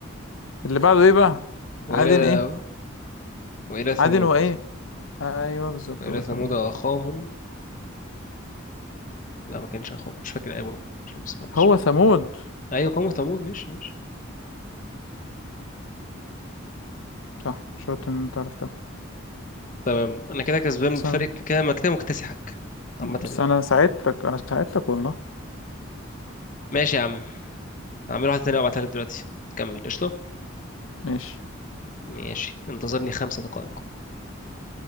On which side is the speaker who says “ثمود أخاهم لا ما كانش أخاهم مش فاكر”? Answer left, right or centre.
Left